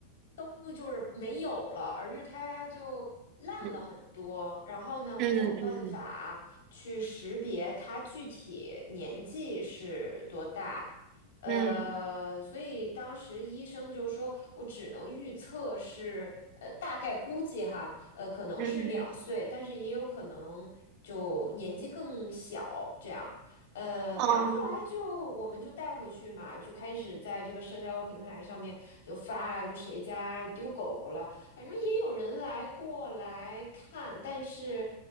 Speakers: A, on the left; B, on the right.
A: 都就是没有了，而是它就烂了很多。
B: 嗯
A: 然后呢，
B: 嗯嗯。
A: 没有办法去识别它具体年纪是多大，呃，
B: 嗯
A: 所以当时医生就说，我只能预测是，呃，大概估计哈，呃，可能是两岁，
B: 嗯
A: 但是也有可能就年纪更小这样。呃，
B: 哦
A: 然后后来就我们就带回去嘛，就开始在这个社交平台上面就发，就谁家丢狗狗了，反正也有人来过来看，但是